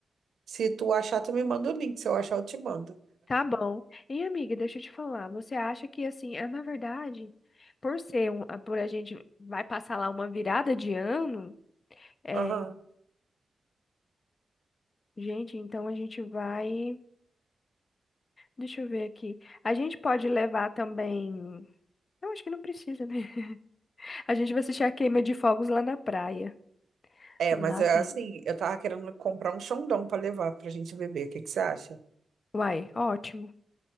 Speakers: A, on the right; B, on the left.
A: Se tu achar, tu me manda o link. Se eu achar, eu te mando.
B: Tá bom. E amiga, deixa eu te falar, você acha que assim, é na verdade, por ser um, a- por a gente vai passar lá uma virada de ano, é,
A: Aham.
B: gente, então a gente vai, deixa eu ver aqui. A gente pode levar também, eu acho que não precisa, né? <laughs> A gente vai assistir a queima de fogos lá na praia.
A: É,
B: Lá
A: mas é
B: tem.
A: assim, eu tava querendo comprar um Xandão pra levar pra gente beber. O que que você acha?
B: Uai, ótimo.